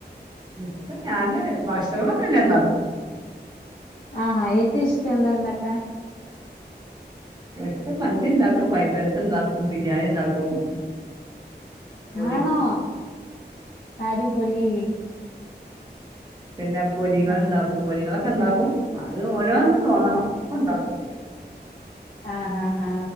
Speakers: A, on the right (about 25°); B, on the left (about 50°).
A: ഇപ്പ ഞാന് ഭക്ഷണൊക്കെല്ലാണ്ടാക്കും
B: ആഹാ ഏറ്റും ഇഷ്ടം എന്താ ണ്ടാക്കാൻ
A: ഇഷ്ടം മന്തി ണ്ടാക്കും ഫൈ ഡ്രസ്ണ്ടാക്കും ബിരിയാണി ണ്ടാക്കും <unintelligible>
B: ആണോ അടിപൊളി
A: പിന്നെ പൊരികള്ണ്ടാക്കും
B: ആഹ്
A: പൊരികളൊക്കെ ണ്ടാക്കും അത് ഓരോന്ന് തോന്നണം അപ്പണ്ടാക്കും
B: ആ ഹ ഹ